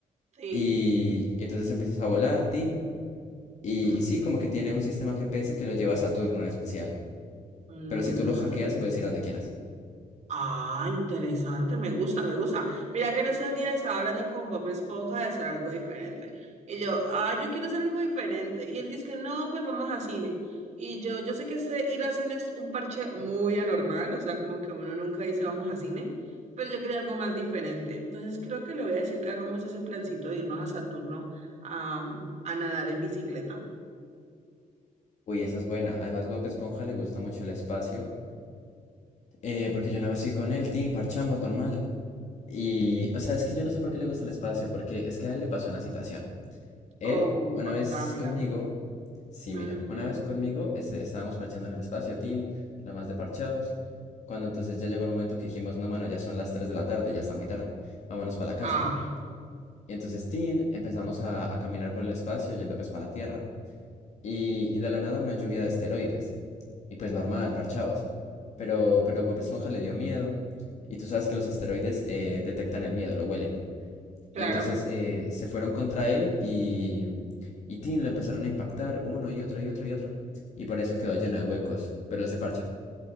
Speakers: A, on the right; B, on the left.
A: sí.
B: Y, y entonces empiezas a volar, tin. Y,
A: Ujú.
B: y sí, como que tiene un sistema GPS que lo lleva a Saturno en especial.
A: Mm.
B: Pero si tú lo hackeas, puedes ir a donde quieras.
A: Ah, interesante, me gusta, me gusta. Mira que en estos días estaba hablando con Bob Esponja de hacer algo diferente. Y yo, ah, yo quiero hacer algo diferente. Y él dice que no, pues vamos a cine. Y yo, yo sé que ese ir a cine es un parche muy anormal, o sea, como que uno nunca dice vamos a cine, pero yo quería algo más diferente. Entonces creo que le voy a decir que hagamos ese plancito de irnos a Saturno a, a nadar en bicicleta.
B: Uy, esa es buena. Además, Bob Esponja le gusta mucho el espacio. eh, porque yo una vez fui con él, tin, parchamos, normal. Y, o sea, es que yo no sé por qué le gusta el espacio, porque es que a él le pasó una situación. Él,
A: Oh,
B: una
A: contámela.
B: vez conmigo, sí,
A: Ujú.
B: mira, una vez conmigo este, estábamos parchando en el espacio, Tin, lo más de parchados. Cuando entonces ya llegó el momento que dijimos, no, mano, ya son las 3 de la tarde, ya está muy tarde, vámonos para la casa.
A: Ah,
B: Y entonces, Tin, empezamos a, a caminar por el espacio, yendo pues para la Tierra. Y, y de la nada una lluvia de asteroides. Y pues normal, parchados. Pero, pero Bob
A: sí,
B: Esponja le dio miedo. Y tú sabes que los asteroides eh, detectan el miedo, lo huelen.
A: claro.
B: Y entonces eh, se fueron contra él y, y tin, lo empezaron a impactar uno y otro y otro y otro. Y por eso quedó lleno de huecos. Pero él se parcha.